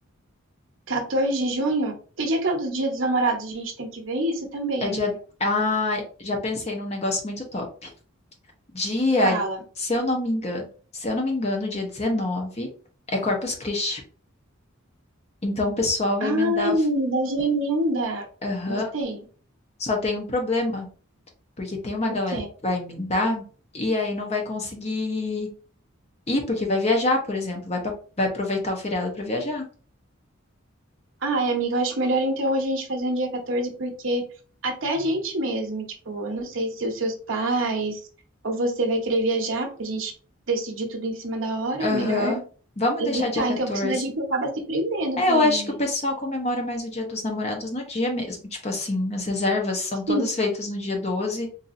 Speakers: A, on the right; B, on the left.
A: 14 de junho? Que dia que é o do Dia dos Namorados? A gente tem que ver isso também,
B: É
A: amiga.
B: dia. Ah, já pensei num negócio muito top. Dia,
A: Fala.
B: se eu não me engano, se eu não me engano, dia 19 é Corpus Christi. Então o pessoal vai
A: Ai,
B: emendar.
A: da gemenda.
B: Aham.
A: Gostei.
B: Só tem um problema, porque tem uma
A: O
B: galera
A: quê?
B: que vai emendar e aí não vai conseguir ir, porque vai viajar, por exemplo, vai, pra- vai aproveitar o feriado para viajar.
A: Ai, amiga, eu acho melhor então a gente fazer um dia 14, porque até a gente mesmo, tipo, eu não sei se os seus pais ou você vai querer viajar, porque a gente decidir tudo em cima da hora,
B: Aham.
A: melhor
B: Vamos
A: evitar.
B: deixar dia 14.
A: Então, porque senão a gente acaba se prendendo
B: É,
A: também,
B: eu acho
A: né?
B: que o pessoal comemora mais o Dia dos Namorados no dia mesmo. Tipo assim, as reservas são
A: Sim.
B: todas feitas no dia 12